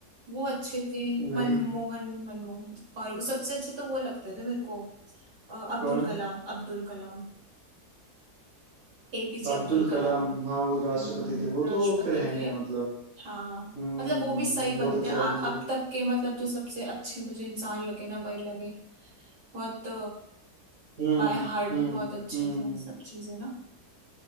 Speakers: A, on the right; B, on the right.
A: वो अच्छे थे
B: वही
A: मनमोहन
B: है।
A: मनमोहन और वो सबसे अच्छे तो वो लगते थे मेरे को अ, अब्दुल
B: कौन
A: कलाम अब्दुल कलाम एपीजे
B: अब्दुल
A: अब्दुल कलाम
B: कलाम हाँ वो राष्ट्रपति
A: हम्म
B: थे वो
A: राष्ट्रपति
B: तो फिर हैं
A: थे
B: ही है मतलब
A: हाँ
B: हम्म
A: मतलब वो भी सही बने
B: बहुत अच्छे
A: थे आ,
B: आदमी
A: अब
B: थे
A: तक के मतलब जो सबसे अच्छे मुझे इंसान लगे ना वही लगे बहुत
B: हम्म
A: बाय हार्ट
B: हम्म
A: भी बहुत अच्छे
B: हम्म
A: थे सब चीजें ना